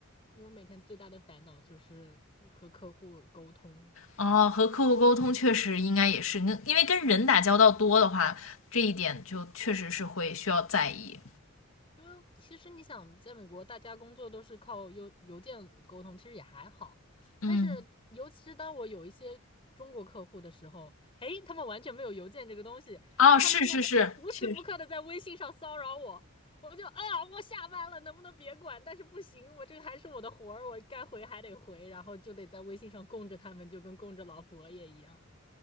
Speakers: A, on the left; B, on the left.
A: 我每天最大的烦恼就是和客户沟通，
B: 哦，和客户沟通确实应该也是因为跟人打交道多的话，这一点就确实是会需要在意。
A: 因为其实你想，在美国大家工作都是靠邮邮件沟通，其实也还好。
B: 嗯，
A: 但是，尤其是当我有一些中国客户的时候，诶，他们完全没有邮件这个东西，
B: 哦，
A: 他们就无时不刻的在微信上骚扰我，
B: 是是是，确实，
A: 我就啊，我下班了，能不能别管？但是不行，我这个还是我的活儿，我该回还得回，然后就得在微信上供着他们，就跟供着老佛爷一样。